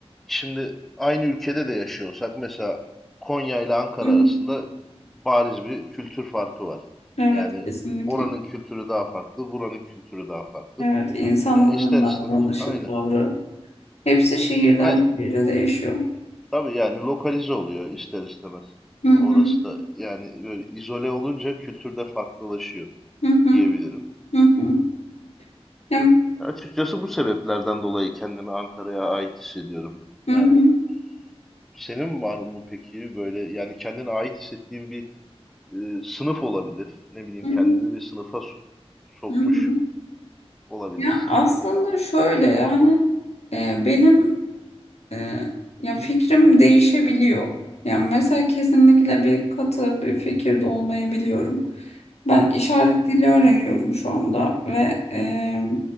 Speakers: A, in the centre; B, on the left.
A: şimdi aynı ülkede de yaşıyorsak mesela Konya ile Ankara
B: Hı hı.
A: arasında bariz bir kültür farkı var.
B: Evet
A: Yani
B: kesinlikle.
A: oranın kültürü daha farklı, buranın kültürü daha farklı.
B: Evet insanların
A: Ya ister
B: davranışı,
A: istemez. Aynen.
B: tavrı hepsi şehirden
A: Aynen.
B: şehire değişiyor.
A: Tabii yani lokalize oluyor ister istemez.
B: Hı
A: Orası
B: hı.
A: da yani böyle izole olunca kültürde farklılaşıyor
B: Hı hı.
A: diyebilirim.
B: Hı hı. Ya,
A: Ya açıkçası bu sebeplerden dolayı kendimi Ankara'ya ait hissediyorum. Yani
B: hı hı.
A: senin var mı peki böyle yani kendine ait hissettiğin bir e, sınıf olabilir. Ne bileyim
B: Hı
A: kendini
B: hı.
A: bir sınıfa so- sokmuş
B: Hı hı.
A: olabilirsin.
B: Ya aslında
A: Ya,
B: şöyle yani
A: aynen.
B: e, benim Ee, ya fikrim değişebiliyor. Yani mesela kesinlikle bir katı bir fikirde olmayabiliyorum. Ben işaret
A: Aha.
B: dili öğreniyorum şu anda ve e,
A: Hı hı.